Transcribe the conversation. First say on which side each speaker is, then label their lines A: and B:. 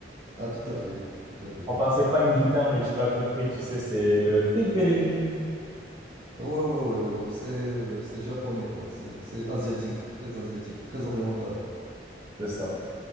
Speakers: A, on the right; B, on the right.
A: Ah, tout à fait, tout à fait.
B: Enfin, c'est pas une guitare, mais tu m'as compris, tu sais, c'est le tigring.
A: Ouais, ouais, ouais, ouais, ouais, ouais, c'est euh, c'est japonais, quoi. C'est c'est asiatique, très asiatique, très oriental.
B: C'est ça.